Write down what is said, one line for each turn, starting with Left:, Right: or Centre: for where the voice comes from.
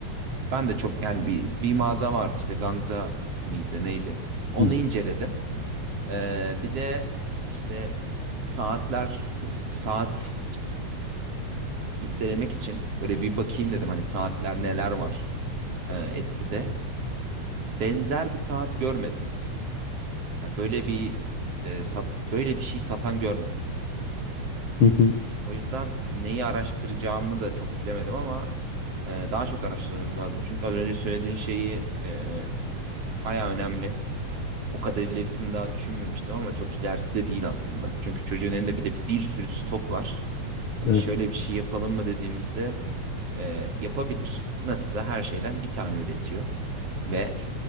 Right: ben de çok yani bir, bir mağaza vardı işte Gangza mıydı neydi? Onu
Left: Hı
Right: inceledim. E, bir de işte saatler kız saat listelemek için böyle bir bakayım dedim hani saatler neler var e, Etsy'de. Benzer bir saat görmedim. Yani böyle bir e, sat, böyle bir şey satan görmedim.
Left: hı hı.
Right: O yüzden neyi araştıracağımı da çok bilemedim ama e, daha çok araştırmamız lazım. Çünkü az önce söylediğin şeyi e, bayağı önemli. O kadar ilerisini daha düşünmemiştim ama çok ilerisi de değil aslında. Çünkü çocuğun elinde bir de bir sürü stok var. Hani
Left: Evet.
Right: şöyle bir şey yapalım mı dediğimizde e, yapabilir. Nasılsa her şeyden bir tane üretiyor ve